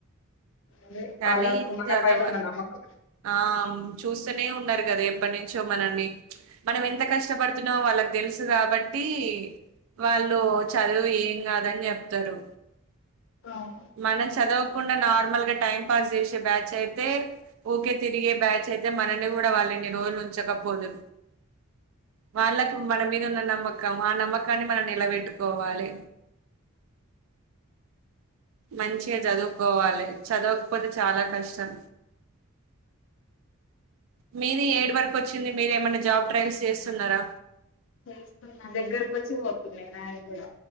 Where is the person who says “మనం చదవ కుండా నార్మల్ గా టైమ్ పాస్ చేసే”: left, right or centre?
Right